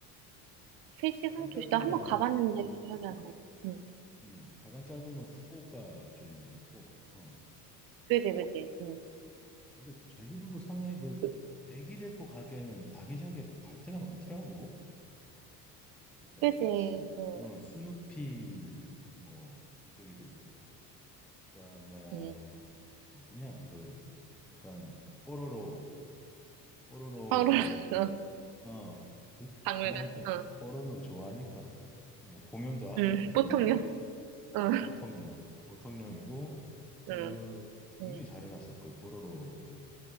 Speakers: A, on the right; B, in the centre.
A: 세 시간?
B: 가장 짧은
A: 두 시간? 한번
B: 게 아마
A: 가봤는데 기억이
B: 음,
A: 안 나네. 음.
B: 음, 가장 짧은 건 후쿠오카 쪽인 것 같고, 어.
A: 그지, 그지. 음.
B: 근데 제주도도 상당히 그
A: 그,
B: 애기 데리고 가기에는 아기자기하게 갈 데가 많더라고. 약간
A: 그지.
B: 수,
A: 응,
B: 어, 스누피 뭐 거기도 있고 그다음에
A: 음.
B: 어디냐 그 약간 뽀로로 뽀로로
A: 서로 응, <laughs>
B: 그어그 그
A: 박물관,
B: 그 나이 때는
A: 응,
B: 뽀로로 좋아하니까 또 어, 공연도 하고
A: 응,
B: 막 그러고
A: 보통요. 응,
B: 어, 보통령 보통령이고 그
A: 응, 음.
B: 굉장히 잘해놨어 그 뽀로로 그